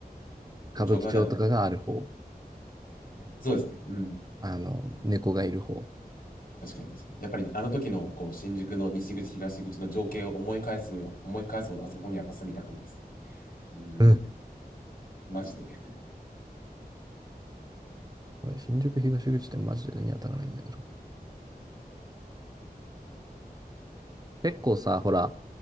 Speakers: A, on the right; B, on the left.
A: 歌舞伎町とかがある方、
B: 都庁側だよな。そうですね。うん。
A: あの、猫がいる方。
B: 確かに確かに。やっぱりあの時のこう新宿の西口、東口の情景を思い返すのは、思い返すほどあそこにやっぱ住みたくないですね。うん。
A: うん。
B: マジで。
A: これ新宿東口ってマジで見当たらないんだけど。結構さ、ほら、